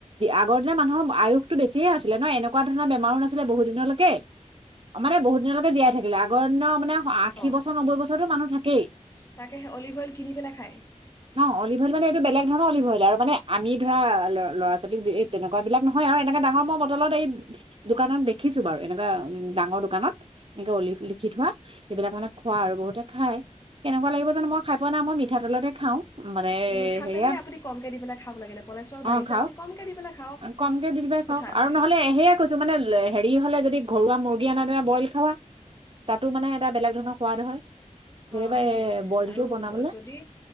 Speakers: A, on the right (about 45°); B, on the left (about 25°).
A: আগৰ দিনৰ মানুহৰ আয়ুসটো বেছিহে আছিলে ন' এনেকুৱা ধৰণৰ বেমাৰো নাছিলে বহুত দিনলৈকে, মানে বহুত দিনলৈকে জীয়াই থাকিলে আগৰ দিনৰ মানে আশী
B: অঁ
A: বছৰ নব্বৈ বছৰ হেই টো মানুহ থাকেই,
B: তাকে সেই অলিভ অইল কিনি পেলাই খায়
A: ন' অলিভ অইল মানে এইটো বেলেগ ধৰণৰ অলিভ অইল আৰু মানে আমি ধৰা ল'ৰা-ছোৱালীক তেনেকুৱাবিলাক নহয় আৰু এনেকা ডাঙৰ মই বটলত এই দোকানত দেখিছোঁ বাৰু এনেকুৱা উম, ডাঙৰ দোকানত। এনেকে অলিভ লিখি কি থোৱা, সেইবিলাক মানে খোৱা আৰু বহুতে খাই কেনেকুৱা লাগিব জানোঁ মই খাই পোৱা নাই। মই মিঠাতেলতে খাওঁ। মানে
B: মিঠাতেলেই
A: হেয়া
B: আপুনি কমকৈ দি পেলাই খাওক লাগিলে কলেষ্ট্ৰল
A: অহ,
B: বাঢ়িছে
A: খাওঁ।
B: আপুনি কমকৈ দি পেলাই খাওক
A: কমকে দি পেলাই
B: কি কথা
A: খাওঁ
B: আছে
A: আৰু নহ'লে, সেয়া কৈছো মানে হেৰি হ'লে যদি ঘৰুৱা মূৰ্গি আনা দৰে ব্ৰইল খাৱা। তাতো মানে এটা বেলেগ ধৰণৰ সোৱাদ হয়।
B: অহ,
A: যেনিবা
B: সেইটোৱে
A: এ বইলটো
B: আৰু
A: বনাবলে
B: যদি